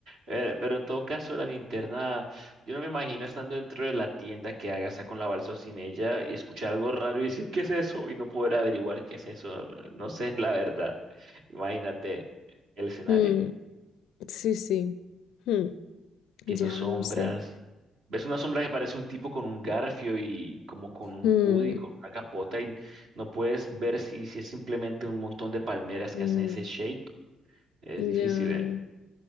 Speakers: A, on the right; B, on the left.
A: Eh, pero en todo caso, la linterna, yo no me imagino estando dentro de la tienda que haga sea con la balsa o sin ella y escuchar algo raro y decir, ¿qué es eso? Y no poder averiguar qué es eso. No sé, <laughs> la verdad. Imagínate el escenario.
B: mm, sí, sí. Mm,
A: viendo
B: ya,
A: sombras.
B: no sé.
A: Ves una sombra que parece un tipo con un garfio y como con un
B: Mm,
A: hoodie, con una capota y no puedes ver si, si es simplemente un montón de palmeras
B: Mm,
A: que hacen ese shape. Es
B: ya.
A: difícil, ¿eh?